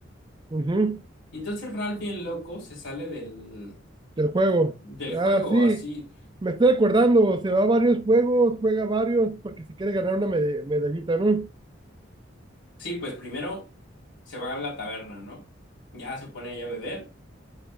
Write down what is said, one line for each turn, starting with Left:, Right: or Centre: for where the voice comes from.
Right: Ujú,
Left: Y entonces Ralph, bien loco, se sale del,
Right: Del juego.
Left: del juego
Right: Ah, sí.
Left: así
Right: Me estoy acordando. Se va a varios juegos, juega varios, porque si quiere ganar una mede- medallita, ¿no?
Left: Sí, pues primero se va a la taberna, ¿no? Ya se pone ahí a beber